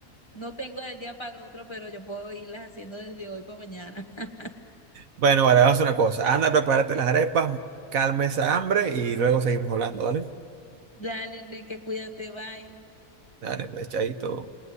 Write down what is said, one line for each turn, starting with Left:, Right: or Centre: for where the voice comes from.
Left: No tengo del día para otro, pero yo puedo irlas haciendo desde hoy para mañana. <laughs>
Right: Bueno, vale, vamos a hacer una cosa, anda, prepárate las arepas, calma esa hambre y luego seguimos hablando, ¿vale?
Left: Dale, Enrique, cuídate, bye.
Right: Dale, pues, chaito.